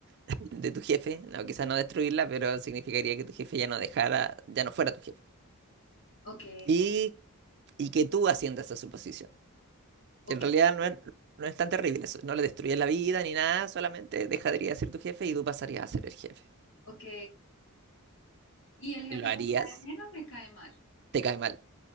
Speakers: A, on the right (about 50°); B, on the left (about 60°).
A: <laughs> de tu jefe. No, quizás no destruirla, pero significaría que tu jefe ya no dejara, ya no fuera tu jefe.
B: ok,
A: Y, y que tú asciendas a su posición.
B: ok,
A: En realidad no es, no es tan terrible eso. No le destruyes la vida ni nada, solamente dejaría de ser tu jefe y tú pasarías a ser el jefe.
B: ok. ¿Y el jefe
A: ¿Lo harías?
B: me cae bien o me cae mal?
A: Te cae mal.